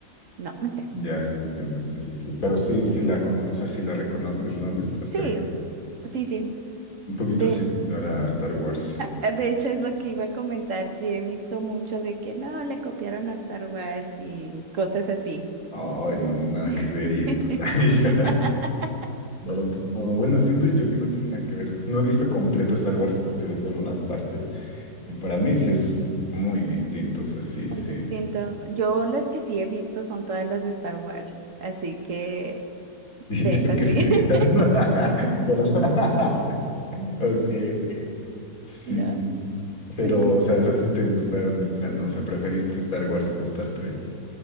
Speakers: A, on the right; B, on the left.
A: no. <laughs>
B: Ya, ya entiendo, sí, sí, sí. Pero sí, sí la cono, o sea, sí la reconoces, ¿no? De Star
A: Sí,
B: Trek.
A: sí, sí.
B: Un poquito
A: De,
B: similar a Star Wars.
A: Eh, De hecho, es lo que iba a comentar. Sí, he visto mucho de que no, le copiaron a Star Wars y cosas así.
B: Ay, no, nada
A: <laughs>
B: que ver y entonces... <laughs> Ay, yo- <laughs> Claro que no. Bueno, siento yo que no tiene nada que ver. No he visto completo Star Wars, pero sí he visto algunas partes. Y para mí sí es muy distinto, o sea, sí, sí.
A: Muy distinto.
B: <laughs>
A: Yo las que sí he visto son todas las de Star Wars, así que
B: Y
A: de
B: yo
A: esas
B: criticando.
A: sí. <laughs>
B: <laughs> Perdón. <laughs> Ok, ok. Sí,
A: No.
B: sí. Pero,
A: <laughs>
B: o sea, esas sí te gustaron de plano. O sea, preferiste Star Wars que Star Trek.